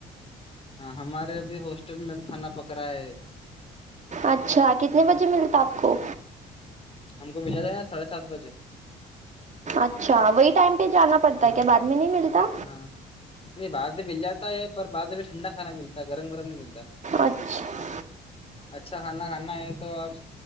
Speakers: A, on the left; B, on the right.
A: ہاں ہمارے ابھی ہاسٹل میں کھانا پک رہا ہے
B: اچھا کتنے بجے ملتا آپ کو
A: ہم کو ملا جائے نا ساڑھے سات بجے
B: اچھا وہی ٹائم پہ جانا پڑتا
A: ہاں
B: ہے کیا بعد میں نہیں ملتا
A: ہاں نہیں بعد میں مل جاتا ہے پر بعد میں ٹھنڈا کھانا ملتا گرم گرم نہیں ملتا
B: اچھا
A: اچھا کھانا کھانا ہے تو آپ